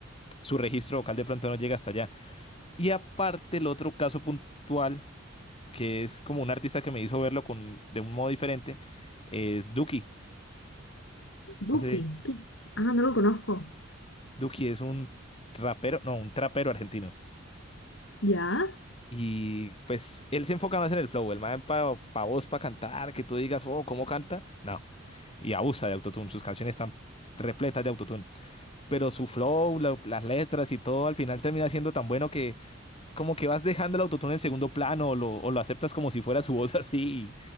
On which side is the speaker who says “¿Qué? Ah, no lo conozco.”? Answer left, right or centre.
Left